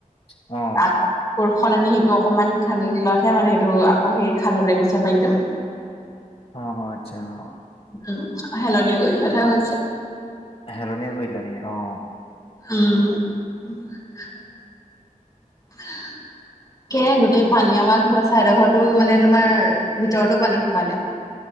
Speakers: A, on the left; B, on the left.
A: অ',
B: আকৌ কোৰখন আনি সেইটো অকমান খান্দি দিলতহে মানে সেইটো আকৌ সেই খাললে গৈছে পানীতো <inaudible>
A: অ অ আটচ্ছা অ
B: উম হেলনীয়া কৰিলতহে হৈছে
A: হেলনিয়া কৰিদিলা নেকি অ
B: উম <unintelligible> <unintelligible> কে গোটেই পানী আমাৰ ঘৰ চাইদৰ ঘৰতো মানে তোমাৰ ভিতৰতো পানী সোমালে